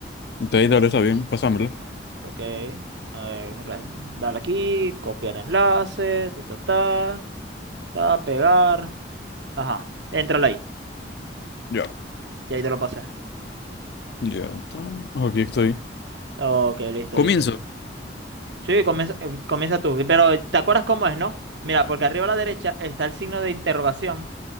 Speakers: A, on the left (about 60°); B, on the right (about 70°).
A: Entonces, dale, está bien, pasámoslo.
B: Ok, a ver, re- dale aquí, copiar enlace, ta, ta, ta, ta, pegar. Ajá, entrale ahí,
A: Ya.
B: y ahí te lo pasé.
A: Ya está. Aquí estoy.
B: Ok, listo,
A: Comienzo.
B: listo. Sí, comienza, eh, comienza tú, pero ¿te acuerdas cómo es, no? Mira, porque arriba a la derecha está el signo de interrogación.